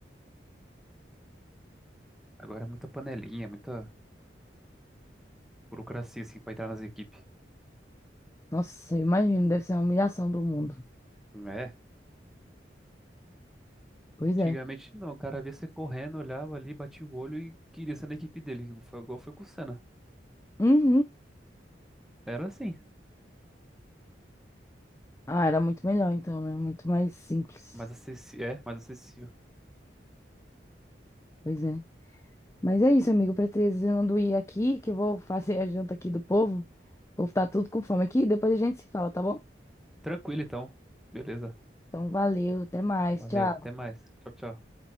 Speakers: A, in the centre; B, on the left (about 15°).
A: Agora é muita panelinha, muita burocracia, assim, pra entrar nas equipes.
B: Nossa, eu imagino, deve ser uma humilhação do mundo.
A: É.
B: Pois
A: Antigamente
B: é.
A: não, o cara via você correndo, olhava ali, batia o olho e queria ser na equipe dele. Foi igual foi com o Senna.
B: Uhum.
A: Era assim,
B: Ah, era muito melhor então, né? Muito mais simples.
A: mais acessível. É, mais acessível.
B: Pois é. Mas é isso, amigo. Precisando ir aqui, que eu vou fazer a janta aqui do povo. O povo tá tudo com fome aqui. Depois a gente se fala, tá bom?
A: Tranquilo então. Beleza.
B: Então, valeu. Até mais.
A: Valeu,
B: Tchau.
A: até mais. Tchau, tchau.